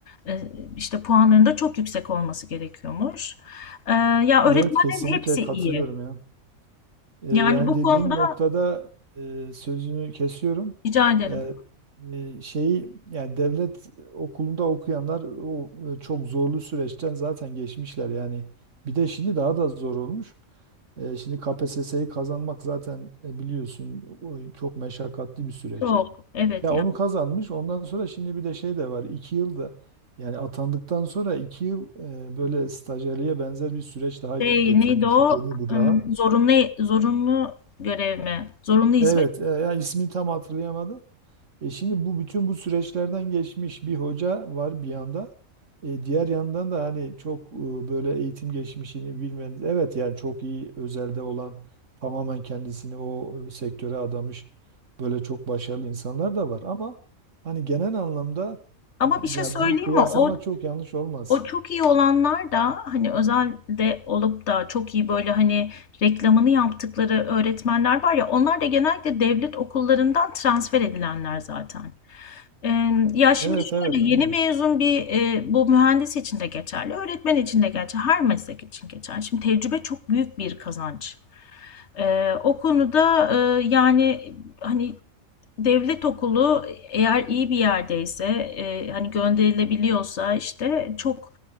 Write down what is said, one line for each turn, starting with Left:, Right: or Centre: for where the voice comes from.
Left: e, işte puanların da çok yüksek olması gerekiyormuş. E, ya öğretmenlerin
Right: Evet kesinlikle
Left: hepsi
Right: katılıyorum
Left: iyi.
Right: ya. E,
Left: Yani
Right: yani
Left: bu
Right: dediğin
Left: konuda
Right: noktada e, sözünü kesiyorum.
Left: rica ederim.
Right: E, e, şeyi yani devlet okulunda okuyanlar o e, çok zorlu süreçten zaten geçmişler yani. Bir de şimdi daha da zor olmuş. E, şimdi KPSS'yi kazanmak zaten e, biliyorsun o çok meşakkatli bir süreç.
Left: Çok evet
Right: Ya
Left: ya.
Right: onu kazanmış. Ondan sonra şimdi bir de şey de var. iki yılda yani atandıktan sonra iki yıl e, böyle stajyerliğe benzer bir süreç daha ge-
Left: Şey
Right: getirilmiş.
Left: neydi o?
Right: Yeni bu daha.
Left: Im, Zorunlu zorunlu görev mi? Zorunlu hizmet
Right: Evet, e, ya ismini tam hatırlayamadım. E şimdi bu bütün bu süreçlerden geçmiş bir hoca var bir yanda. E, diğer yandan da hani çok e, böyle eğitim geçmişini bilmeniz. Evet yani çok iyi özelde olan tamamen kendisini o e, sektöre adamış böyle çok başarılı insanlar da var ama hani genel anlamda
Left: Ama bir şey
Right: yani
Left: söyleyeyim
Right: bu kıyaslama
Left: mi? O
Right: çok yanlış olmaz.
Left: o çok iyi olanlar da hani özelde olup da çok iyi böyle hani reklamını yaptıkları öğretmenler var ya onlar da genellikle devlet okullarından transfer edilenler zaten. Ee, ya
Right: Evet
Left: şimdi şöyle
Right: evet aynı
Left: yeni mezun bir e, bu mühendis için de geçerli, öğretmen için de geçerli, her meslek için geçerli. Şimdi tecrübe çok büyük bir kazanç. Ee, o konuda e, yani hani Devlet okulu eğer iyi bir yerdeyse, e, hani gönderilebiliyorsa işte çok